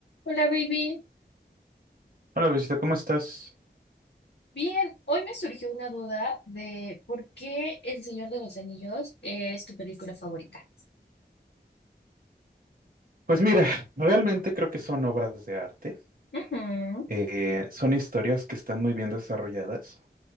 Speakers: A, on the left; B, on the right.
A: Hola, baby.
B: Hola, Luisito, ¿cómo estás?
A: Bien, hoy me surgió una duda de por qué El Señor de los Anillos es tu película favorita.
B: Pues mira, realmente creo que son obras de arte.
A: Ujú,
B: Eh, son historias que están muy bien desarrolladas.